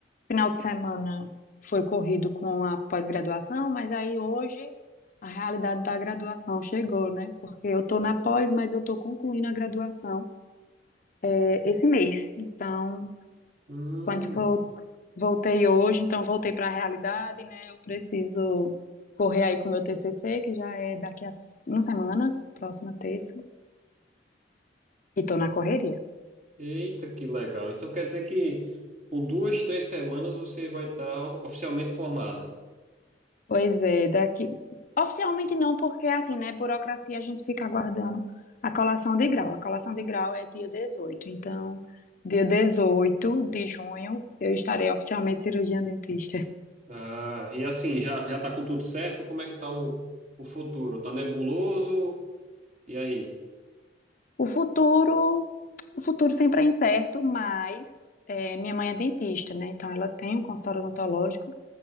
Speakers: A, on the left; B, on the right.
A: Final de semana foi corrido com a pós-graduação, mas aí hoje a realidade da graduação chegou, né? Porque eu tô na pós, mas eu tô concluindo a graduação é, esse mês. Então,
B: Hum,
A: quando for Voltei hoje, então voltei para a realidade, né? Eu preciso correr aí com o meu TCC, que já é daqui a uma semana, próxima terça, e tô na correria.
B: eita, que legal. Então quer dizer que com duas, três semanas você vai estar oficialmente formada.
A: Pois é, daqui. Oficialmente não, porque assim, né? Burocracia a gente fica aguardando a colação de grau. A colação de grau é dia 18 então. Dia 18 de junho, eu estarei oficialmente cirurgiã dentista.
B: Ah, e assim, já, já tá com tudo certo? Como é que tá o, o futuro? Tá nebuloso? E aí?
A: O futuro, o futuro sempre é incerto, mas é, minha mãe é dentista, né? Então ela tem um consultório odontológico